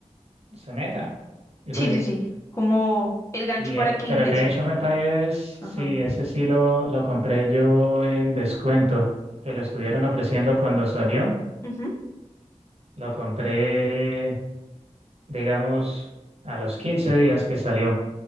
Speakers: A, on the right (about 60°); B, on the left (about 25°).
A: se meta y juegue.
B: Sí, sí, sí. Como el gancho
A: Y,
B: para
A: eh,
B: que
A: pero
B: ingresen.
A: el de Age of Empires,
B: Ajá.
A: sí, ese sí lo, lo compré yo en descuento, que lo estuvieron ofreciendo cuando salió.
B: Ujú.
A: Lo compré, digamos, a los 15 días que salió,